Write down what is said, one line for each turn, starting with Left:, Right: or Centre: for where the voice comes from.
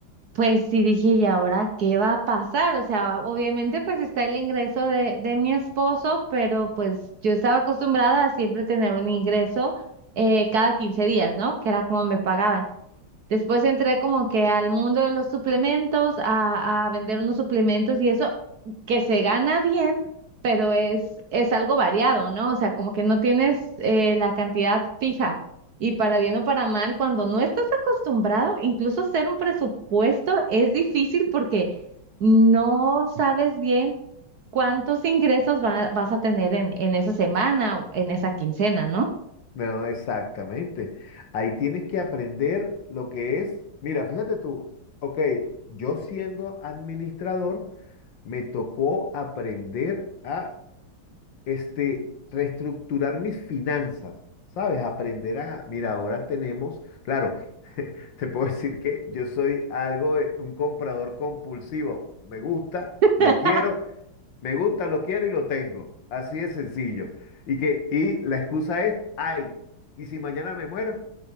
Right: Pues sí dije, ¿y ahora qué va a pasar? O sea, obviamente pues está el ingreso de, de mi esposo, pero pues yo estaba acostumbrada a siempre tener un ingreso eh, cada 15 días, ¿no? Que era como me pagaban. Después entré como que al mundo de los suplementos, a, a vender unos suplementos y eso que se gana bien, pero es, es algo variado, ¿no? O sea, como que no tienes eh, la cantidad fija. Y para bien o para mal, cuando no estás acostumbrado, incluso hacer un presupuesto es difícil porque no sabes bien cuántos ingresos va- vas a tener en, en esa semana o en esa quincena, ¿no?
Left: No, exactamente. Ahí tienes que aprender lo que es. Mira, fíjate tú, ok, yo siendo administrador, me tocó aprender a este, reestructurar mis finanzas, ¿sabes? Aprender a, mira, ahora tenemos, claro, <laughs> te puedo decir que yo soy algo de un comprador compulsivo. Me gusta,
Right: <laughs>
Left: lo quiero, me gusta, lo quiero y lo tengo. Así de sencillo. Y que, y la excusa es, ay, ¿y si mañana me muero?